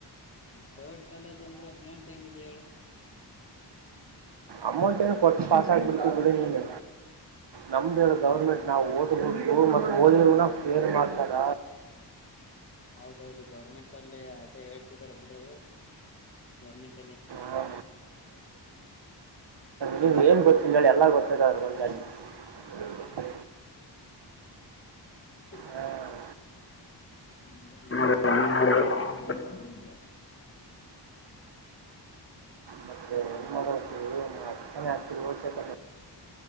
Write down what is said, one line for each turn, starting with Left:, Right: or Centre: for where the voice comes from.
Left: ಪ್ರೈವೇಟ್ ಕಾಲೇಜ್ ಅಂದ್ರೆ ಅಮೌಂಟ್ ಹೆಂಗಿದೆ ಹೇಳ
Right: ಅಮೌಂಟ್ ಏನು ಕೊಟ್ಟು ಪಾಸಾಗಿಬಿಡ್ತೀವಿ ಬಿಡಿ ನೀನ ನಮ್ಮ್ದು ಹೇಳ ಗೌರ್ಮೆಂಟ್ ನಾವು ಹೊಧ್ಬೇಕು
Left: ಹೇಳು
Right: ಮತ್ತು ಓದಿರೂ ನ ಕೇರ್ ಮಾಡ್ತಾರ
Left: ಹೌದೌದು ಗೌರ್ಮೆಂಟ್ ಲ್ಲಿ ಆತ ಹೇಳ್ತಿದಿದ್ದಾರೆ ಬಿಡು ಗೌರ್ಮೆಟ್
Right: ಹಾ ನೀವ್ ಏನ್ ಗೊತ್ತಿಲ್ಲ ಎಲ್ಲ ಗೊತ್ತ ಸಗವಾಗಿಾಗ ಗ
Left: ಹ
Right: ಹ್ಮ್
Left: <unintelligible>
Right: ಮತ್ತೆ ಏನೆ ಆಗ್ತವಿ ಹೋತ